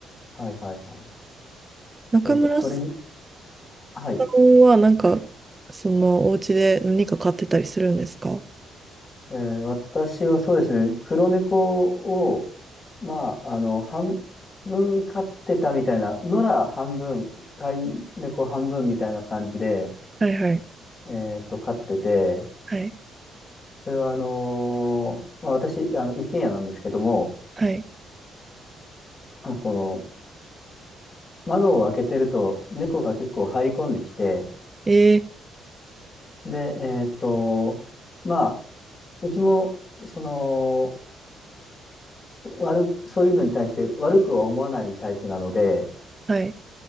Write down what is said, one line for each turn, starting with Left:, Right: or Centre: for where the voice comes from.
Left: はいはいは
Right: 中村さ
Left: い。え、鳥に、はい。
Right: んはなんか、そのお家で何か買ってたりするんですかは
Left: えー私はそうですね、黒猫を、まあ、あの、半分飼ってたみたいな、野良半分、飼い猫半分みたいな感じで、
Right: いはい
Left: えっと、飼ってて、
Right: はい
Left: それはあのーまあ、私、あの、一軒家なんですけども、
Right: はい
Left: まあこの、窓を開けてると、猫が結構入り込んできて、
Right: え
Left: で、えっと、まあ、うちも、その、悪、そういうのに対して悪くは思わないタイプなので、
Right: ー、はい